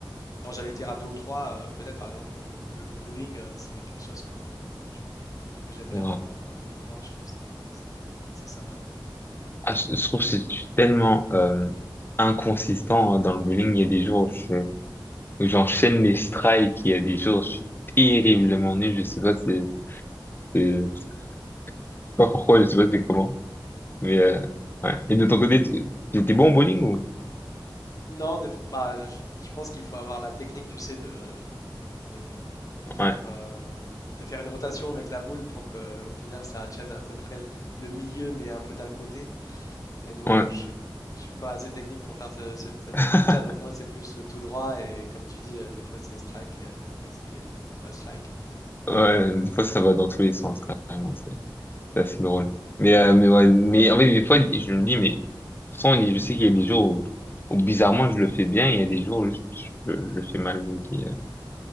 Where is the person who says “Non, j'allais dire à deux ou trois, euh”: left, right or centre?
Left